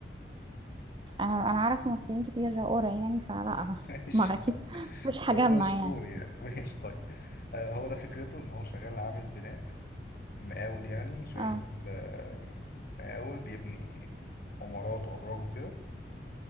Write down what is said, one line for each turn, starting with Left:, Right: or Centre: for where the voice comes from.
Right: انا انا اعرف ممثلين كتير قرع يعني فلا
Left: <laughs> ماشي
Right: <laughs> ما اكيد
Left: لا
Right: مش
Left: هو
Right: هجمع
Left: ده مشهور
Right: يعني
Left: يعني <laughs> ماشي طيب آه، هو ده فكرته ان هو شغال عامل بناء مقاول يعني شغال
Right: اه
Left: آه، مقاول بيبني عمارات وأبراج وكده